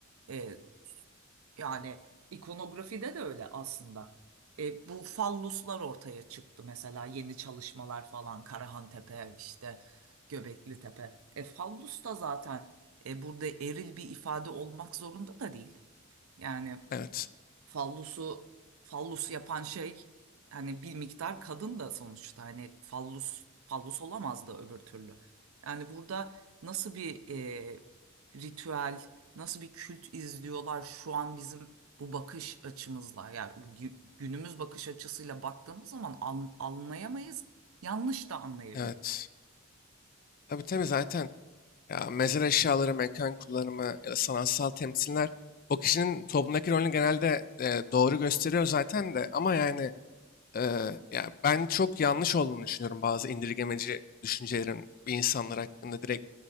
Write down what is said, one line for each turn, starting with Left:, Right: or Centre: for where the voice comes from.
Right: Ee, Yani ikonografide de öyle aslında. E, bu falluslar ortaya çıktı mesela yeni çalışmalar falan Karahan Tepe işte Göbekli Tepe. E, fallus da zaten e, burada eril bir ifade olmak zorunda da değil. Yani
Left: Evet,
Right: fallusu fallusu yapan şey hani bir miktar kadın da sonuçta hani fallus fallus olamaz da öbür türlü. Yani burada nasıl bir e, ritüel, nasıl bir kült izliyorlar şu an bizim bu bakış açımızla yani bu gü- günümüz bakış açısıyla baktığımız zaman an- anlayamayız, yanlış da anlayabiliriz.
Left: evet. Tabii tabii zaten ya mezar eşyaları, mekan kullanımı ya da sanatsal temsiller o kişinin toplumdaki rolünü genelde e, doğru gösteriyor zaten de ama yani Eee, ya ben çok yanlış olduğunu düşünüyorum bazı indirgemeci düşüncelerin bir insanlar hakkında direkt